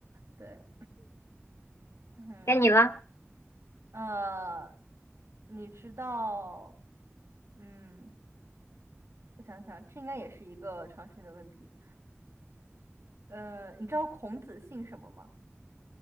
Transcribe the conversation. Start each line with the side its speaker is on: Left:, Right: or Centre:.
Right: 对，嗯，
Left: 该你了，
Right: 呃，你知道，嗯，我想想，这应该也是一个常识性的问题。呃，你知道孔子姓什么吗？